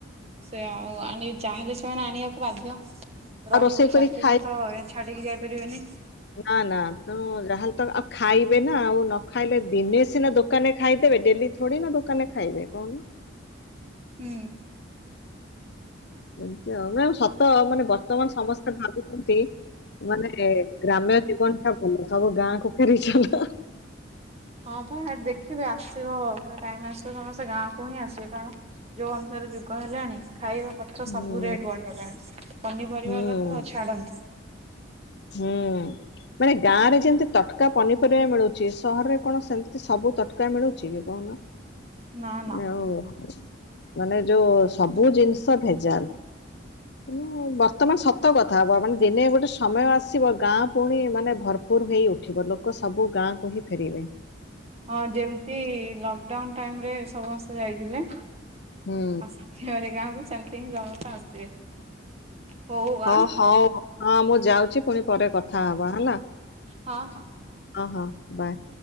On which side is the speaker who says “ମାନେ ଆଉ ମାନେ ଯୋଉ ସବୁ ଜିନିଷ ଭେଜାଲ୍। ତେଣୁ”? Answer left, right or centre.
Left